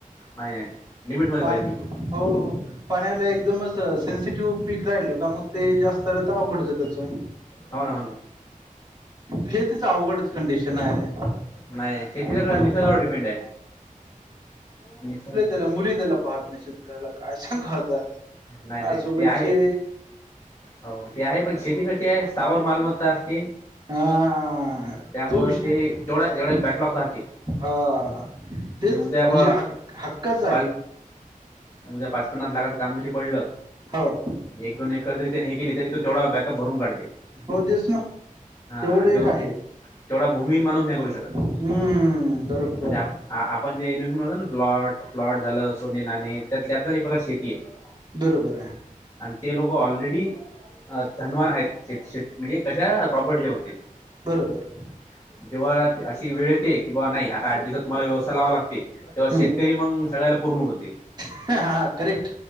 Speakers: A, on the left; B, on the right.
A: नाहीये लिमिटमध्ये
B: पाणी
A: पाहिजे बिलकुल.
B: हो. हो. पाण्याला एकदमच सेन्सिटिव्ह पीक राहील का? मग ते जास्त आलं तर अवघडच त्याचं.
A: हो ना, हो ना.
B: हे तिच अवघडच कंडिशन आहे.
A: नाही शेती सगळ
B: त्यामुळं
A: निसर्गावर डिपेंडे. निसर्ग
B: त्या मुलीही त्याला पाहत नाही शेतकऱ्याला, काय सांगवा आता.
A: नाही
B: मा
A: नाही
B: सोबतचे
A: ते आहे. हो ते हाये. पण शेती कशीये? सावर मालमत्ता असते.
B: हा
A: त्यामुळं
B: तू विषय,
A: ते तेवढा एवढा
B: <inaudible>
A: एक बॅकलॉग राहते.
B: हा. तेच
A: उद्या
B: म्हणजे,
A: बा
B: हक्क हक्काच
A: पाच
B: आहे.
A: उद्या पाच पन्नास लाखाचं काम जरी पडलं,
B: हो
A: एक दोन एकर जरी त्याने हे केली, तरी त्याने तो तेवढा बॅकअप भरून काढते.
B: हो तेच ना
A: हा, आणि
B: तेवढं एक
A: तो
B: आहे
A: तेवढा भूमीहीन माणूस नाही करू शकत
B: हम्म बरोबर
A: म्हणजे, आप आपण जे इन्व्हेस्ट म्हणतो ना प्लॉट, प्लॉट झालं, सोने, नाणे. त्यात आपलं एक प्रकारची शेती आहे.
B: बरोबर आहे.
A: अन ते लोक ऑलरेडी अ धनवान आहेत श म्हणजे कशा प्रॉपर्टीच्या बाबतीत.
B: बरोबर
A: <inaudible> जेव्हा अशी वेळ येते की, बाबा, नाही आता आठ दिवसात तुम्हाला व्यवस्था लावा लागते. तेव्हा
B: हम्म
A: शेतकरी मग सगळ्याला पूर्ण उरते.
B: हा-हा, हा, करेक्ट.